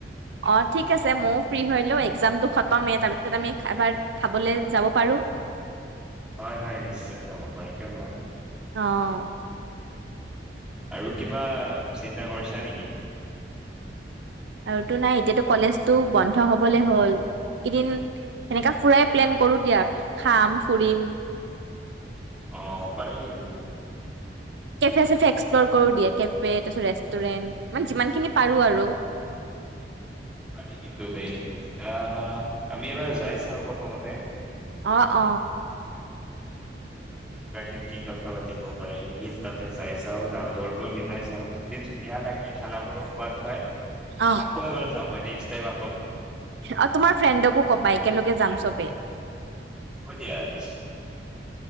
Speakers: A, on the right (about 75°); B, in the centre.
A: অ' ঠিক আছে ময়ো ফ্ৰ্ৰী হলো এক্জামটো খতমেই তাৰপিছত আমি এবাৰ খাবলৈ যাব পাৰো
B: হয়- হয় নিশ্চয় যাব পাৰি কিয় নো ভি
A: অ'
B: আৰু কিবা চিন্তা কৰিছা নেকি?
A: আৰুতো নাই এতিয়াতো কলেজটো বন্ধ হবলে হ'ল। কেইদিন এনেকা ফুৰাই। প্লেন কৰো দিয়াক খাম ফুৰিম।
B: অ' পাৰি ত
A: কেফে- চেফে এক্সপ্লৰ কৰো দিয়া কেফে তাৰপিছত ৰেষ্টুৰেন্ট মানে যিমানখিনি পাৰো আৰু
B: পাৰি কিন্তু দেই আহ আমি এবাৰ যাই চাওঁ প্ৰথমতে।
A: অ -অ
B: এনেকুৱাকে কি কথা পাতিব পাৰে এনে তাতে যাই চাওঁ দাম দৰবোৰ মিলাই চাওঁ যদি ধুনীয়া লাগে খানাবোৰো সোৱাদ হয়।
A: অ
B: আকৌ এবাৰ যাম মই নেক্স টাইম
A: অ তোমাৰ ফ্ৰেণ্ডকো কবা একেলগে যাম চবেই।
B: হব দিয় নিশ্চয়